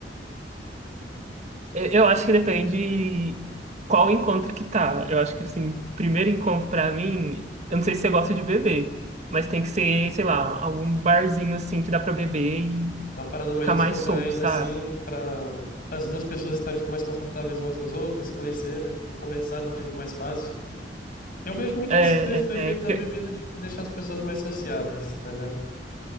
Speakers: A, on the right; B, on the left.
A: Eu eu acho que depende qual encontro que tá. Eu acho que, assim, primeiro encontro pra mim, eu não sei se você gosta de beber, mas tem que ser, sei lá, algum barzinho, assim, que dá pra beber e
B: É Uma parada mais
A: ficar
B: descontraída,
A: mais solto, sabe?
B: assim, pra as duas pessoas estarem, tipo, mais confortáveis umas com as outras, se conhecer, né? Tipo, conversar de um jeito mais fácil. Eu vejo muito
A: É,
B: esse def- defeito
A: é, é, porque
B: da bebida de deixar as pessoas mais sociáveis, tá ligado?